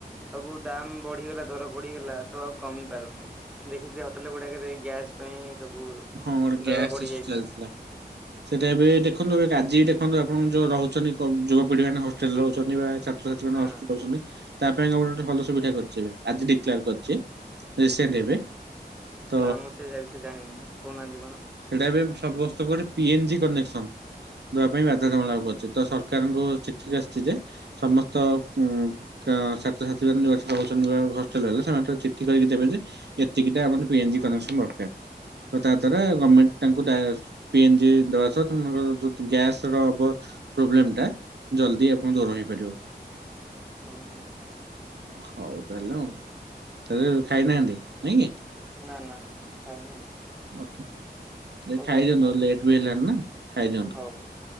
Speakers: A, in the centre; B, on the right.
A: ସବୁ ଦାମ ବଢ଼ିଗଲା, ଦର ବଢ଼ିଗଲା ତ ଆଉ କମି ପାରୁନି। ଦେଖିଥିବେ ହୋଟେଲ ଗୁଡ଼ାକ ରେ ଗ୍ୟାସ ପାଇଁ ସବୁ
B: ହଁ ଗୋଟେ
A: ଦର
B: ଗ୍ୟାସ୍
A: ବଢି
B: ଇସୁ
A: ଯାଇଥିଲା
B: ଚାଲିଥିଲା। ସେଇଟା ଏବେ ଦେଖନ୍ତୁ ଏ ଆଜି ବି ଦେଖନ୍ତୁ ଆପଣଙ୍କୁ ଯୋଉ ରହୁଛନ୍ତି ଯୁବ ପିଢ଼ି ମାନେ ହଷ୍ଟେଲରେ ରହୁଛନ୍ତି ବା ଛା ଛୁଆ ଯୋଉ ମାନେ
A: ହଁ।
B: ହଷ୍ଟେଲରେ ରହୁଛନ୍ତି ତା ପାଇଁ କା ଗୋଟେ ଗୋଟେ ଭଲ ଭଲ ସୁବିଧା କରିଛି ଏବେ। ଆଜି ଡିକ୍ଲାର କରିଛି, ରିସେଣ୍ଟ ଏବେ। ତ
A: ନା ମୁଁ ସେ ଯାଇ ବିଷୟରେ ଜାଣିନି। କହୁନାହାନ୍ତି କଣ?
B: ସେଇଟା ଏବେ ସମସ୍ତଙ୍କୁ ଗୋଟେ ପି ଏନ୍ ଜି କନେକ୍ସନ। ଦେବା ପାଇଁ ବାଧ୍ୟତାମୂଳକ କରିଛି। ତ ସରକାରଙ୍କୁ ଚିଠି ଆସିଛି ଯେ ସମସ୍ତ ଉ କା ଛାତ୍ର ଛାତ୍ରୀ ମାନେ ଯୋଉ ଅସିକି ରହୁଛନ୍ତି ଯୋଉ ହଷ୍ଟେଲରେ ହେଲେ ସେମାନେ ଟିକେ ଚିଠି କରିକି ଦେବେ ଯେ ଏତିକିଟା <unintelligible> ପି ଏନ୍ ଜି କନେକ୍ସନ୍ ଦରକାର। ତ ତା ଦ୍ଵାରା ଗମେଣ୍ଟ ତାଙ୍କୁ ଡ଼ା ପି ଏନ ଜି ଦବା ସହ ତୁମର ଯୋଉ ଗ୍ୟାସ ର ହବ ପ୍ରୋବଲେମ ଟା ଜଲଦି ଆପଣଙ୍କ ଦୂର ହେଇପାରିବ।
A: ଓହୋଃ।
B: ହଉ ତାହେଲେ ଆଉ ତାଲେ ଖାଇନାହାନ୍ତି ନାଇଁ କି
A: ନା ନା ଖାଇନୁ ଆଉ।
B: ଓକେ ନାଇ
A: ହଉ
B: ଖାଇ
A: ଯାଉଛି
B: ଦିଅନ୍ତୁ
A: ଖାଇବାକୁ
B: ଲେଟ୍ ବି ହେଲଣି ନା ଖାଇଦିଅନ୍ତୁ।
A: ହଉ ହଉ